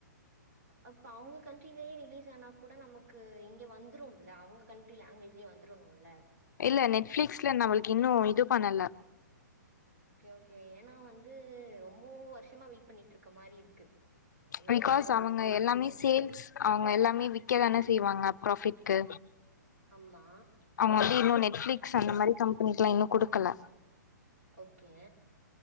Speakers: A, on the right; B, on the left.
A: அப்போ அவங்க கண்ட்ரிலயே ரிலீஸ் ஆனா கூட நமக்கு இங்க வந்துரும்ல அவங்க கண்ட்ரி லாங்குவேஜ்லேயு வந்துரனூல
B: இல்ல நெட்ஃப்ளிக்ஸ்ல நம்மளுக்கு இன்னு இது பண்ணல
A: ஓகே ஓகே ஏனா வந்து ரொம்போ வருஷமா வெயிட் பண்ணிட்டு இருக்க மாரி இருக்கு இன்னமும்
B: பிகாஸ்
A: அந்த
B: அவங்க
A: ஒரு சீரிஸ்க்கே.
B: எல்லாமே சேல்ஸ் அவங்க எல்லாமே விக்கதானே செய்வாங்க ப்ராபிட்க்கு
A: அம்மா
B: அவங்க வந்து இன்னு நெட்ஃப்ளிக்ஸ் அந்த மாரி கம்பெனிக்லா இன்னு குடுக்கல
A: ஓகே